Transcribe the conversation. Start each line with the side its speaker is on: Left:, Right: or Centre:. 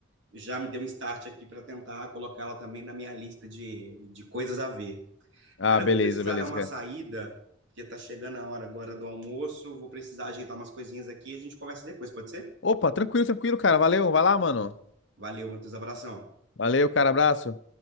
Right: já me deu um start aqui para tentar colocá-la também na minha lista de, de coisas a ver.
Left: Ah,
Right: Cara,
Left: beleza,
Right: eu vou precisar
Left: beleza,
Right: dar uma
Left: cara.
Right: saída, porque tá chegando a hora agora do almoço. Vou precisar ajeitar umas coisinhas aqui e a gente conversa depois, pode ser?
Left: Opa, tranquilo, tranquilo, cara. Valeu, vai lá, mano.
Right: Valeu, Matheus, abração.
Left: Valeu, cara, abraço.